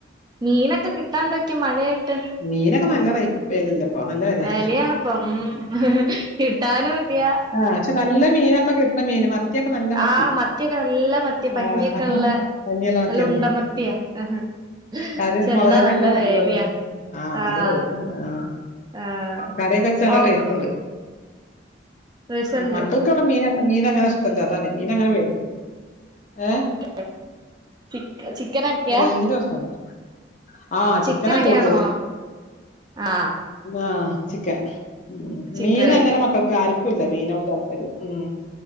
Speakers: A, on the right; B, on the left.
A: മീനൊക്കെ കിട്ടാണ്ടൊയ്ക്കാ മഴായിട്ട്
B: മീനൊക്കെ നല്ല റൈ വെലല്ലേ ഇപ്പൊ നല്ല വെലെ
A: വിലയാണിപ്പം ഉം കിട്ടാനും ഇല്ല
B: ആ പക്ഷെ നല്ല മീനൊപ്പൊ കി ല്ല മീന മത്ത്യോക്കെ നല്ല മത്
A: ആഹ്
B: ത്തി
A: മത്തിയൊക്കെ നല്ല മത്തി
B: ആ
A: പഞ്ഞിയൊക്കെ ഉള്ള
B: പഞ്ഞിള്ള മാത്ത്യാണ്
A: നല്ല ഉണ്ടമത്തിയാ പക്ഷെ
B: കറി മുളകറിക്കെ
A: എന്താ നല്ല വേലയാ
B: അടിപോളിയാ ആ
A: ആഹ്
B: നല്ല റൈറ്റ് ണ്ട് ആ
A: ആഹ്
B: കറിഒക്കെ വെച്ചാ നല്ല
A: ഓൾക്ക്
B: ടേസ്റ്റ് ണ്ട്
A: രസണ്ട്
B: മക്കൾ ക്ക് വടേ മീനങ്ങ മീനങ്ങനെഷ്ടംല്ലാ അതാ മീൻ അങ്ങനെ മേടിക്കും ഏ?
A: <inaudible> ചിക്ക് ചിക്കനൊക്കെയാ
B: റേഞ്ചിന്റെ പ്രശ്നണ്ട്. ആ
A: ചിക്കനൊക്കെയാണോ
B: ചിക്കനാ കൂടുതല്.
A: ആ
B: ആ ചിക്കൻ
A: ചിക്കനായിട്ട്
B: മീനങ്ങനെ മക്കൾക്ക് ആര്ക്കുംല്ല മീനോട് താല്പര്യം ഉം